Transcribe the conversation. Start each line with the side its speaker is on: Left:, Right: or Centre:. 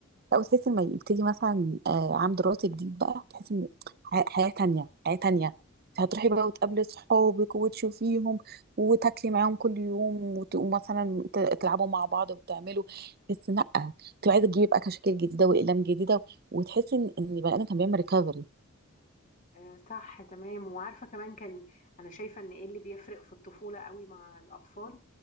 Right: لا وتحس لما يبتدي مثلا آه، عام دراسي جديد بقى تحس ان ح- حياه تانية حياه تانية انت هتروحي بقى وتقابلي صحابك وتشوفيهم وتاكلي معاهم كل يوم وت- ومثلا ت- تلعبوا مع بعض وتعملوا تحس إن لا تبقى عايزه تجيبي بقى كشاكيل جديده واقلام جديده وتحس ان ان البني ادم كان بيعمل ريكفري
Left: آه، صح تمام وعارفه كمان كان انا شايفه ان ايه اللي بيفرق في الطفوله قوي مع الاطفال